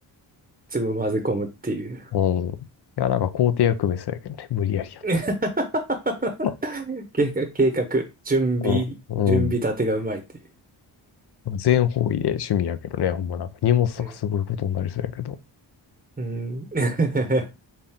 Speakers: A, on the right (about 20°); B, on the left (about 55°).
A: 全部混ぜ込むっていう。
B: うん。いや、なんか校庭役目そうやけどね、無理やりやっ
A: <laughs>
B: た。
A: 計画、計画、準備、
B: うん。
A: 準備立てがうまいっていう。
B: うん。全方位で趣味やけどね、ほんまなんか荷物とかすごいことになりそうやけど。
A: うん。うん。<laughs>